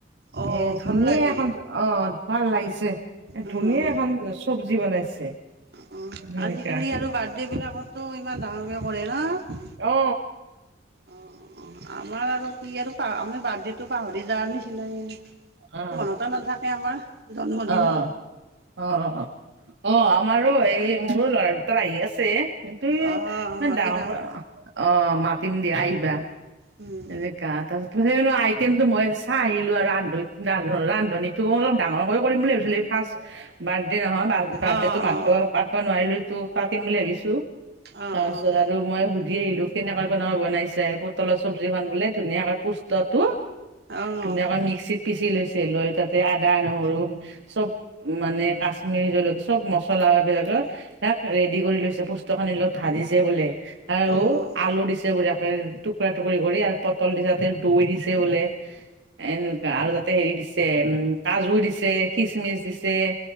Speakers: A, on the right (about 60°); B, on the right (about 80°).
A: অঁ
B: এ, ধুনিয়া
A: ভাল লাগে
B: এখন অ, ভাল লাগিছে, এ,
A: অঁ
B: ধুনিয়া
A: অঁ
B: এখন চব্জি বনাইছে।
A: অ,
B: সেনেকা
A: আজিকালি আৰু বাৰ্থডে বিলাকতো ইমান ডাঙৰকে কৰে ন?
B: অ,
A: অ, অ, আমাৰ আৰু কি আৰু আমি বাৰ্থডে টো পাহৰি যোৱাৰ নিচিনা। সেনাই,
B: অ
A: মনতে নাথাকে আমাৰ। জন্মদিনৰ
B: অ, অ, অ, আমাৰো এই মোৰো ল'ৰা টোৰ আহি আছে, কিন্তু ইমান
A: অ', মাতিবা।
B: ডাঙৰ অ, মাতিম দিয়া আহিবা।
A: উম,
B: এনে তাৰপাছত আইটেমটো মই চাই আহিলোঁ আৰু ৰান্ধ ৰান্ধনীটো অলপ ডাঙৰকৈ কৰিম বুলি ভাবিছিলোঁ। ফাৰ্ষ্ট বাৰ্থডে নহয়, বাৰ্থডে
A: অ',
B: টো পাতিব নোৱাৰিলোঁ, টো পাতিম বুলি ভাবিছোঁ।
A: অ',
B: তাৰ
A: অ',
B: পিছত আৰু মই সুধি আহিলোঁ, কেনেকুৱা কেনেকা বনাইচে? চব্জি বোলে, ধুনিয়া পুষ্টটো
A: অ', অ',
B: ধুনীয়াকৈ মেক্সিত পিচি লৈছে লৈ, তাতে আদা- নহৰু চব, মানে কাশ্মীৰী জলকীয়া চব, এই মচলাবিলাকৰ। তাক ৰেডি কৰি লৈছে, পুষ্টিকৰ লগত ভাজিছে বোলে। আৰু
A: অ', অ', অ',
B: আলু দিছে, বুঢিয়াকে তোক টুকুৰা-টুকুৰি কৰি আৰু পটল দিছে তাতে দৈ দিছে বোলে। এনেকুৱা আৰু তাতে হেৰি দিছে উম, কাজু দিছে, খিচমিচ দিছে।